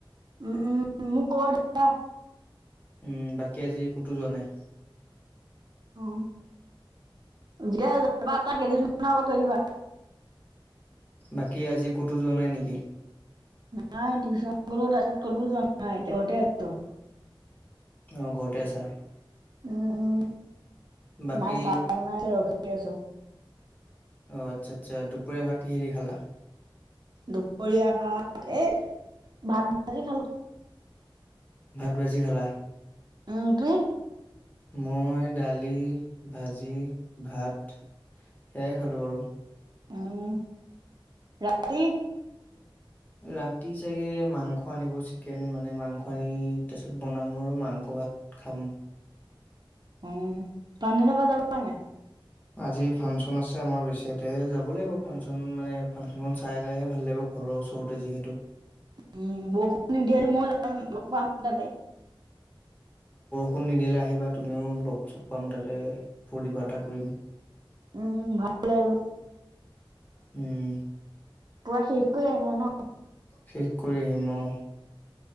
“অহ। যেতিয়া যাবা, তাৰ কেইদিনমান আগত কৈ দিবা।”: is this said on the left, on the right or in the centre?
Right